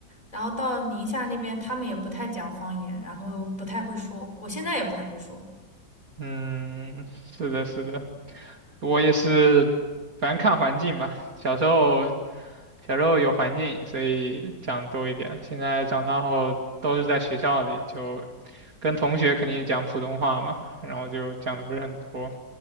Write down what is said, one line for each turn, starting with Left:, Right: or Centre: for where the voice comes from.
Left: 然后到宁夏那边，他们也不太讲方言，然后不太会说，我现在也不太会说。
Right: 嗯，是的，是的，我也是，反正看环境吧。小时候，小时候有环境，所以讲多一点。现在长大后都是在学校里，就跟同学肯定讲普通话嘛，然后就讲的不是很多。